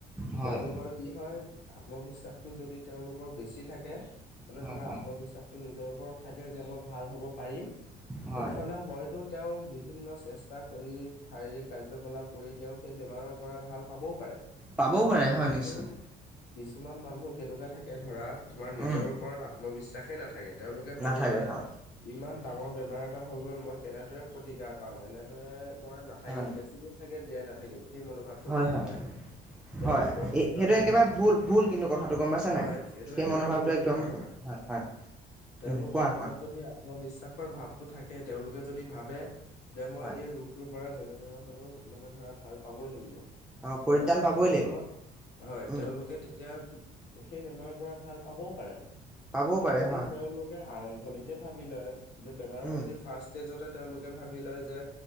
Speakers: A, in the centre; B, on the left.
A: হয়,
B: তেওঁলোকৰ কি হয় আত্মবিশ্বাসটো যদি তেওঁলোকৰ বেছি থাকে মানে
A: হয়,
B: ধৰা
A: হয়,
B: আত্মবিশ্বাসটো নিজৰ ওপৰত থাকে। যে মই ভাল হ'ব পাৰিম
A: হয়,
B: তেনেহলে হয়তো তেওঁ বিভিন্ন চেষ্টা কৰি শাৰীৰিক কাৰ্যকলাপ কৰি তেওঁ সেই বেমাৰৰ পৰা ভাল পাবও পাৰে।
A: পাবও পাৰে,
B: কিন্তু
A: হয় নিশ্চয়।
B: কিছুমান মানুহ কেনেকুৱা থাকে ধৰা, তোমাৰ নিজৰ
A: উম,
B: ওপৰত আত্মবিশ্বাসেই নাথাকে। তেওঁলোকে ভাবি
A: নাথাকে,
B: লয়,
A: হয়,
B: ইমান ডাঙৰ বেমাৰ এটা হৈ গ'ল, মই কেনেদৰে প্ৰতিকাৰ পাম? এনে দৰে, মই নাথাকিম
A: হয়,
B: বেছি দিন, চাগে জীয়াই নাথাকিম। সেই মনোভাৱটো
A: হয়,
B: মনলৈ
A: হয়,
B: আনে তেওঁলোকৰ
A: হয়, সেইটো
B: নিজৰ ওপৰত
A: একেবাৰেই ভুল, ভুল কিন্তু কথাটো গম পাইছা
B: হয়
A: নে?
B: সেইটো
A: সেই
B: একেবাৰে
A: মনোভাৱটো
B: ভুল
A: একদম
B: ধাৰণা
A: ভুল। হয়, হয়।
B: তেওঁলোকৰ
A: উম, কোৱা,
B: মনত
A: কোৱা,
B: যদি আত্মবিশ্বাসৰ ভাৱটো থাকে, তেওঁলোকে যদি ভাবে যে মই
A: হয়।
B: এই ৰোগটোৰ পৰা যেনেদৰে হ'লেও মানে ধৰা ভাল পাবই লাগিব।
A: অ পৰিত্ৰাণ
B: তেনেহ'লে
A: পাবই
B: কি
A: লাগিব
B: হ'ব? হয়,
A: উম
B: তেওঁলোকে তেতিয়া সেই বেমাৰৰ পৰা ভাল পাবও পাৰে।
A: পাবও
B: কিন্তু
A: পাৰে
B: যদি
A: হয়
B: তেওঁলোকে আৰম্ভণিতে ভাবি লয়, যে বেমাৰৰ
A: উম
B: যদি ফাৰ্ষ্ট ষ্টেজতে তেওঁলোকে ভাবি লয় যে,